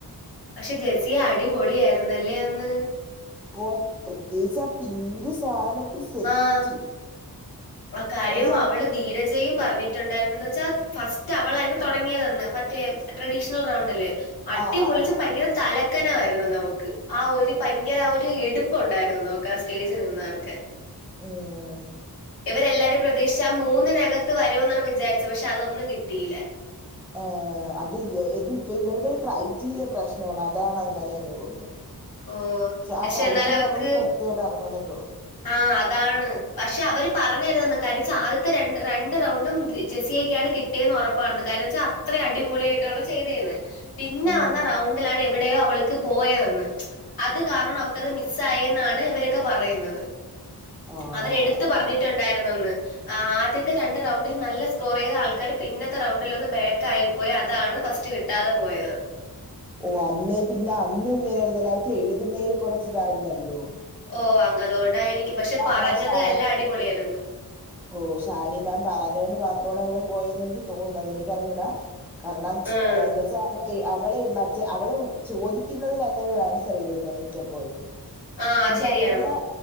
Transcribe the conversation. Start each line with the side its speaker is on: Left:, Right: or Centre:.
Left: പക്ഷെ ജെസ്സിയ അടിപൊളിയായിരുന്നല്ലേ അന്ന്
Centre: ഓ പ്രത്യേച്ച് ആ പിങ്ക് സാനത്തിൽ സെറ്റ്
Left: ആഹ് ആ കാര്യം
Centre: എന്നുവെച്ചാ
Left: അവള് ധീരജയും പറഞ്ഞിട്ടുണ്ടായിരുന്ന ന്ന് വെച്ചാ ഫസ് റ്റ് അവളായിരുന്നു തൊടങ്ങിയതെന്ന് മറ്റേ ട്രഡീഷണൽ റൗണ്ടില് അടിപൊളിച്ച്
Centre: ആ ആ ആ
Left: ഭയങ്കര തല ക്കനായിരുന്നു നമുക്ക് ആ ഒരു ഭയങ്കര ആ ഒരു എടുപ്പുണ്ടായിരുന്നു നമുക്കാ ആ സ്റ്റേജിൽ നിന്നവർക്ക്
Centre: ഓഹ്
Left: ഇവരെല്ലാരും പ്രതീക്ഷ ആ മൂന്നിനകത്ത് വരൂന്നാണ് വിചാരിച്ചത് പക്ഷെ അതൊന്നും കിട്ടിയില
Centre: ആ അത് ഇത് ഇപ്പ ഇവരുടെ ക്രൈറ്റീരിയ പ്രശ്നാണ് അതാണ് അങ്ങനെയന്ന് തോന്നുന്ന്
Left: ഓ
Centre: ക്ഷെ ആ
Left: പക്ഷെ
Centre: ക്രൈറ്റീരിയ
Left: എന്നാൽ അവർക്ക്
Centre: നമ്മക്ക് കൃത്യായിട്ട് അറിഞ്ഞൂടന്ന് തോന്നുന്നു
Left: ആ അതാണ് പക്ഷെ അവര് പറഞ്ഞരുതെന്ന് കാരിച്ച ആദ്യത്തെ രണ്ട് രണ്ട് റൗണ്ടും ജസിയക്കാണ് കി ട്ടിയന്ന് ഉറപ്പാണ് കാരണച്ചാൽ അത്രയും അടിപൊളിയായിട്ടാ അവള് ചെയ്തെന്ന് പിന്നെ
Centre: ഉം
Left: വന്ന റൗണ്ട് ലാണ് എവിടെയോ അവൾക്ക് പോയതെന്ന് അത് കാരണം അവക്കത് മിസ് ആയെന്നാണ് ഇവരൊക്കെ പറയുന്നത്
Centre: ആണോ
Left: അവരെടുത്ത് പറഞ്ഞിട്ടുണ്ടായിരുന്നന്ന് ആഹ് ആദ്യത്തെ രണ്ട് റൌണ്ടിൽ നല്ല സ്കോറൈത് ആൾക്കാര് പിന്നത്തെ റൗണ്ടിലൊന്ന് ബാക്ക് ആയിപ്പോയ അതാണ് ഫസ്റ്റ് കിട്ട കിട്ടാതെ പോയത്
Centre: ഓ അന്നേ പിന്നെ അന്നും ഇങ്ങനെയായിരുന്നല്ല അവക്ക് എഴുതുന്നേല് കുറച്ച് ഇതായിരുന്നല്ലോ
Left: ഓ അങ്ങ് അതോണ്ടായിരിക്കും പക്ഷെ പറഞ്ഞത്
Centre: മാ ഷാ
Left: എല്ലാം അടിപൊളിയായിരുന്നു
Centre: ഓ ഷാനി മാം പറഞ്ഞോൊണ്ട് മാത്രമാണ് അവള് പോയന്ന് എനിക്ക് തോന്നുന്നത് എനിക്കറിഞ്ഞൂടാ കാരണം
Left: ഉം
Centre: എന്നുസാ വളേ അവളെ മറ്റ അവള് ചോദിക്കുന്നുന്നതിനല്ലല്ലൊരു ആൻസർ എഴുതിയതന്ന മിക്കപ്പോഴും
Left: ആ അത്
Centre: പിന്നെ
Left: ശരിയാണ്
Centre: അതുപോലെ